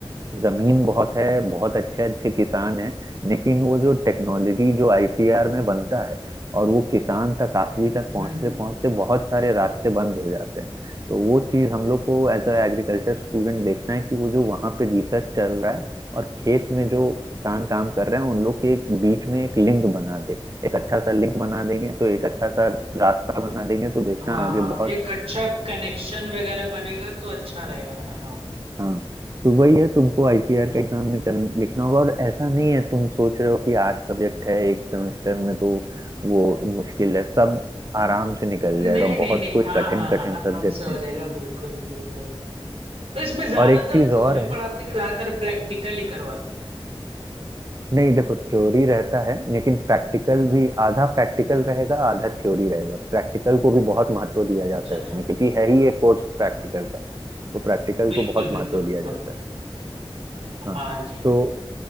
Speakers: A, on the right (about 35°); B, on the right (about 75°).
A: जमीन बहुत है बहुत अच्छे अच्छे किसान हैं लेकिन वो जो टेक्नोलॉजी जो आईसीआर में बनता है और वो किसान तक आखिरी तक
B: हम्म
A: पहुंचते
B: हम्म,
A: पहुंचते
B: हम्म।
A: बहुत सारे रास्ते बंद हो जाते हैं तो वो चीज हम लोग को एज अ एग्रीकल्चर स्टूडेंट देखना है कि वो जो वहाँ पे रिसर्च चल रहा है और खेत में जो किसान काम कर रहे हैं उन लोग के एक बीच में एक लिंक बना दे एक अच्छा सा लिंक बना देंगे तो एक अच्छा सा रास्ता बना देंगे तो देखना
B: हाँ
A: आगे
B: हाँ
A: बहुत
B: एक अच्छा कनेक्शन वगैरह बनेगा तो अच्छा रहेगा है ना हाँ
A: हाँ तो वही है तुमको आईसीआर का एग्जाम निकल लिखना होगा और ऐसा नहीं है तुम सोच रहे हो कि आठ सब्जेक्ट है एक सेमेस्टर में तो वो मुश्किल है सब आराम से निकल
B: नहीं
A: जाएगा
B: नहीं
A: बहुत
B: नहीं
A: कोई
B: हाँ
A: कठिन
B: हाँ हाँ
A: कठिन
B: आराम
A: सब्जेक्ट
B: से हो
A: नहीं
B: जाएगा बिल्कुल बिल्कुल तो इसमें ज्यादातर
A: और एक चीज और
B: थ्योरी
A: है
B: पढ़ाते हैं कि ज्यादातर प्रैक्टिकल ही करवाते हैं
A: नहीं देखो थ्योरी रहता है लेकिन प्रैक्टिकल भी आधा प्रैक्टिकल रहेगा आधा थ्योरी रहेगा प्रैक्टिकल को भी बहुत महत्व दिया
B: अच्छा
A: जाता है
B: अच्छा
A: इसमें क्योंकि है ही एक कोर्स प्रैक्टिकल का तो प्रैक्टिकल
B: बिल्कुल
A: को बहुत
B: बिल्कुल
A: महत्व दिया
B: बिल्कुल
A: जाता है
B: हाँ
A: हाँ
B: जी
A: तो